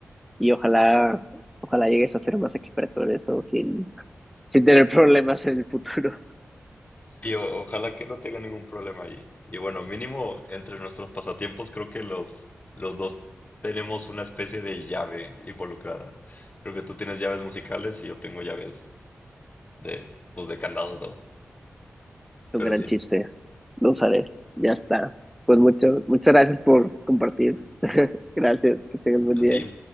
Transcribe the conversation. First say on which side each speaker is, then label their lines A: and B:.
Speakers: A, in the centre; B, on the left.
A: y ojalá, ojalá llegues a ser más experto en eso sin, sin tener problemas en el futuro.
B: Sí, o- ojalá que no tenga ningún problema ahí Y bueno, mínimo entre nuestros pasatiempos creo que los, los dos tenemos una especie de llave involucrada. Creo que tú tienes llaves musicales y yo tengo llaves de, pues de candados, ¿no?
A: <laughs> Un
B: Pero
A: gran
B: sí,
A: chiste. Lo usaré. Ya está. Pues mucho, muchas gracias por compartir. <laughs> Gracias. Que tengas buen
B: a
A: día.
B: ti.